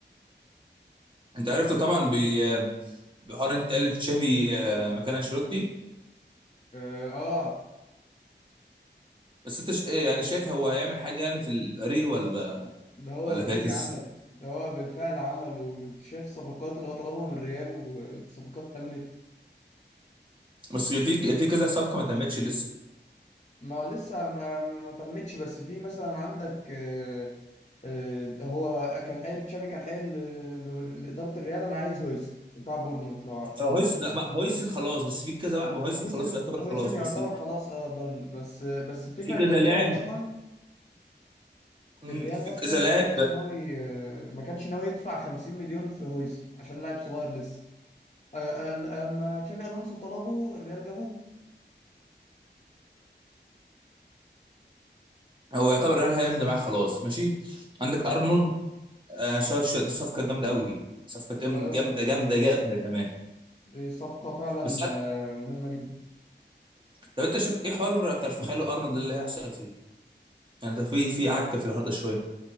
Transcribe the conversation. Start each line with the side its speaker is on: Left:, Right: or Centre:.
Right: انت عرفت طبعا ب- بحوار انت قال تشافي آه، مكان انشيلوتي
Left: اه آه.
Right: بس انت ش... إيه يعني شايف هو هيعمل حاجه يعني في الفريق ولا
Left: ده هو
Right: ولا
Left: اوريدي
Right: فاكس
Left: عمل ده هو بالفعل عمل وانت شايف الصفقات اللي هو طلبها من الريال والصفقات تمت
Right: بس في في كذا صفقه ما تمتش لسه
Left: ما هو لسه ما, ما ما تمتش بس في مثلا عندك آه، آه، هو كان قايل تشابي كان قايل آه، لإدارة الريال انا عايز هويسن بتاع بورنموث لو عارف
Right: هو هويس لا ما- هويسن خلاص بس في كذا واحد ما هويسن
Left: هويسن
Right: خلاص يعتبر
Left: هويسن
Right: خلاص
Left: يعتبر
Right: بس
Left: خلاص اه ضن بس بس الفكرة
Right: في كذا
Left: ان الريال
Right: لاعب
Left: اصلا
Right: مم،
Left: الريال
Right: في
Left: اصلا
Right: كذا
Left: ما
Right: لاعب
Left: كانش ناوي آه، ما كانش ناوي يدفع 50 مليون في هويسن عشان لاعب صغير لسه آه، آه، لما تشابي الونسو طلبه الريال جابوه
Right: آه، هو يعتبر ريال هيمضي معاه خلاص ماشي عندك ارنولد آه، شايف ش- دي صفقه جامده قوي صفقه جامده
Left: اه
Right: جامده جامده جامده كمان
Left: دي صفقة فعلا
Right: بس عارف-
Left: آه، مهمة جدا
Right: طب انت شايف ايه حوار كارفخال وارنولد ده اللي هيحصل فيه يعني ده في في عكه في الحوار ده شويه